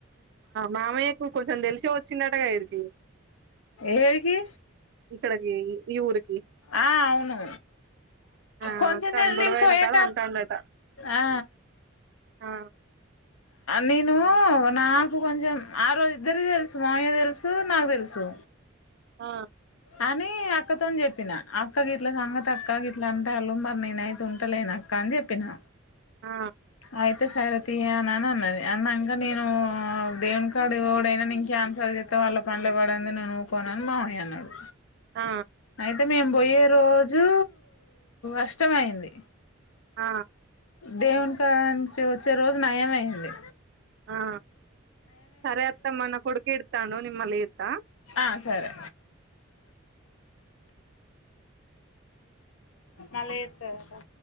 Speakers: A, on the right; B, on the left.
A: మామయ్యకు కొంచెం తెలిసి వచ్చిన అకి
B: ఏరికి
A: ఇక్కడికి ఈ ఊరికి
B: ఆ అవును
A: ఆ
B: కొంచెం
A: వత్తాండు
B: నేల
A: గొడవైన
B: నిం పోయట
A: కాడ అంటాండట
B: ఆ
A: ఆ
B: నేను నాకు కొంచెం ఆ రోజు ఇద్దరికి తెలుసు మాయ్య తెలుసు నాకు తెలుసు
A: ఆ
B: అని అక్కతోని చెప్పిన అక్క గ ఇట్లా సంగతి అక్క గ ఇట్లా అంటే వాళ్ళు మరి నేనయితే ఉంటలేను అక్క అని చెప్పినా
A: ఆ
B: ఆయితే సార తీ అనని అన్నది అన్నాంక నేను దేవుని కాడుయుడైనా ఇంకా కన్సల్ చేస్తతే వాళ్ళ పనుల పడింది నేనుఊరు కోనని మామయ అన్నాడు.
A: ఆ
B: అయితే మేము పోయే రోజు అష్టమ అయింది
A: ఆ
B: దేవు కాళ వచ్చ రోజు నయం అయింది
A: ఆ సరే అత్తమ్మ నా కుడుకిడతాను నిమ్ మల ఇత్తా
B: ఆ సరే మాళయతే రా